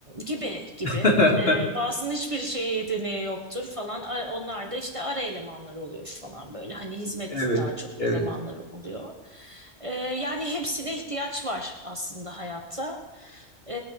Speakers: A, on the right; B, on the left.
A: gibi gibi.
B: <laughs>
A: E, bazısının hiçbir şeye yeteneği yoktur falan. A- Onlar da işte ara elemanlar oluyor falan böyle. Hani hizmet
B: Evet,
A: daha çok
B: evet.
A: elemanları oluyor. E, yani hepsine ihtiyaç var aslında hayatta. E,